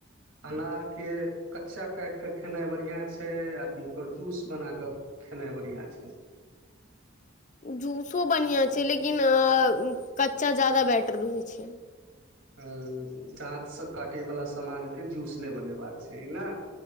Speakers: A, on the right; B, on the left.
A: अनार के कच्चा काटि के खेनाय बढिया छै आ कि ओकर जूस बना कऽ खेनाइ बढिया छै
B: जूसो बनिया छै लेकिन कच्चा ज्यादा बेटर रहय छै
A: ह दाँत सँ काटय वला सामानके जूस नै बनेबाक चाही न